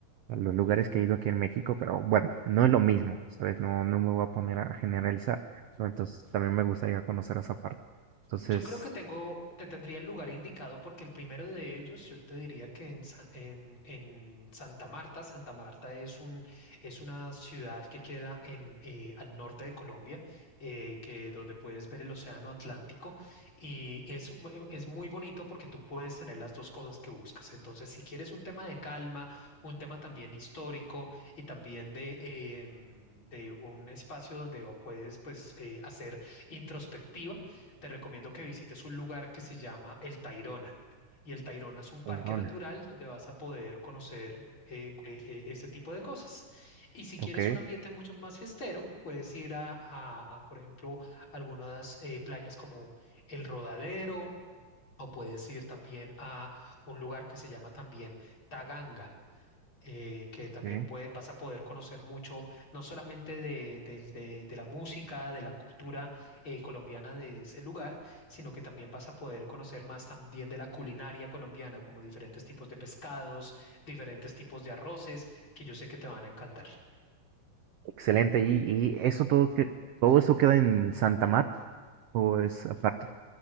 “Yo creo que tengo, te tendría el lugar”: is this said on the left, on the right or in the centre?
Left